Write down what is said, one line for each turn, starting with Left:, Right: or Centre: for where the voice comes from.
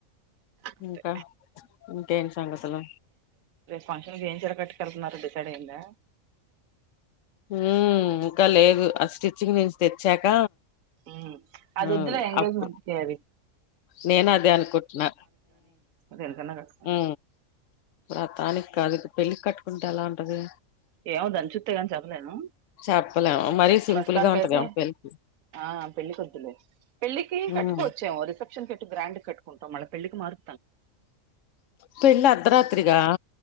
Right: అంతే
Left: ఇంకా ఇంకాఎమ్ సంగతులు
Right: ఫంక్షన్కి ఏం చిరకట్టుక వెళ్తున్నారు డిసైడ్ అయిందా
Left: ఉ ఇంకా లేదు ఆ స్టిచ్చింగ్ నుంచి తెచ్చాక
Right: ఉ అదివద్దు
Left: ఉమ్
Right: లె ఎంగేజ్మెంట్
Left: అప్పుడు
Right: కి అది
Left: నేను అదే అనుకుంటున్నా
Right: దేనికన్నా కట్టుకో
Left: ఉ వ్రతానిక్ కాదు పెళ్ళికి కట్టుకుంటే ఎలా ఉంటది
Right: ఏమె దాన్ని చుత్తేగాని చెప్పలేను
Left: చెప్పలేము మరీ సింపుల్
Right: ప్రస్తుతానికి
Left: గా ఉంటదేమో
Right: అయితే
Left: పెళ్లి
Right: ఆ పెళ్ళి కొద్దు లే పెళ్లికి కటుకోవచ్చు
Left: ఉమ్
Right: ఎమో రిసెప్షన్ కట్టి బ్రాండ్ కట్టుంటాం మళ్ళ పెళ్లికి మార్
Left: పెళ్లి అర్ధరాత్రిగా